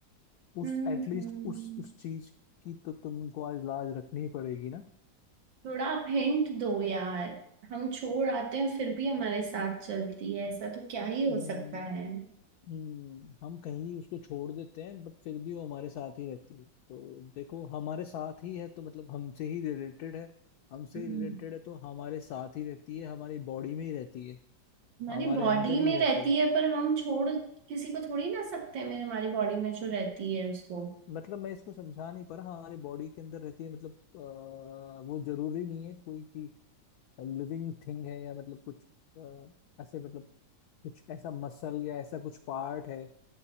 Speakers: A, on the left (about 70°); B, on the right (about 85°).
A: उस
B: हम्म
A: एटलीस्ट
B: हम्म।
A: उस उस चीज की तो तुमको आज लाज रखनी ही पड़ेगी ना <laughs>
B: थोड़ा आप हिंट दो यार हम छोड़ आते हैं फिर भी हमारे साथ चलती है ऐसा तो क्या ही हो
A: हम्म,
B: सकता है
A: हम्म, हम कहीं उसको छोड़ देते हैं बट फिर भी वो हमारे साथ ही रहती है तो देखो हमारे साथ ही है तो मतलब हमसे ही रिलेटेड है हमसे
B: हम्म,
A: ही रिलेटेड है तो हमारे साथ ही रहती है हमारी बॉडी में ही रहती है
B: हमारी
A: हमारे
B: बॉडी
A: अंदर ही
B: में
A: रहती
B: रहती
A: है
B: है पर हम छोड़ किसी को थोड़ी ना सकते हैं मैं हमारी बॉडी में जो रहती है उसको
A: मतलब मैं इसको समझा नहीं पा रहा हमारी बॉडी के अंदर रहती है मतलब अ, वो जरूरी नहीं है कोई की लिविंग थिंग है या मतलब कुछ अ, ऐसे मतलब कुछ ऐसा मसल या ऐसा कुछ पार्ट है